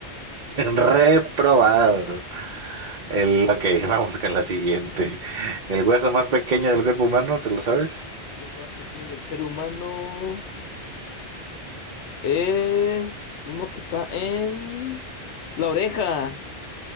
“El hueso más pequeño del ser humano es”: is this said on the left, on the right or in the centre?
Left